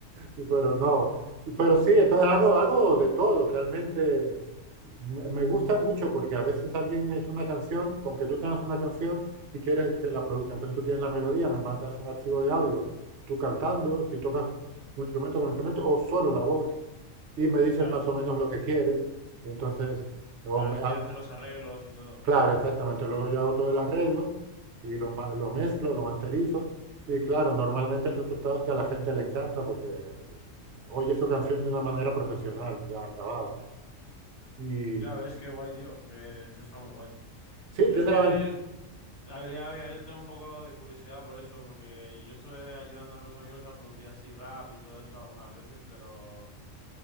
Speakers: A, on the right (about 65°); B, on the left (about 45°).
A: Unidos, pero no. Pero sí, entonces hago, hago de todo, realmente me me gusta mucho porque a veces alguien es una canción, como que tú tengas una canción y quieres que la produzca, entonces tú tienes la melodía, me mandas un archivo de audio, tú cantando, si tocas un instrumento con instrumento o solo la voz y me dices
B: Claro.
A: más o menos lo que quieres y entonces o
B: Claro,
A: me-
B: y
A: al-
B: tú ya haces los arreglos y todo.
A: Claro, exactamente. Luego yo hago todo el arreglo y lo, ma- lo mezclo, lo masterizo. Y claro, normalmente el resultado es que a la gente le encanta porque oye su canción de una manera profesional, ya acabada. Y
B: Ya ves, qué guay, tío, que eso está muy guay.
A: sí,
B: Yo
A: tiene
B: es que
A: la ventaja.
B: el- habría, habría tenido un poco de curiosidad por eso, porque yo estuve ayudando a unos amigos a producir así rap y todo eso algunas veces, pero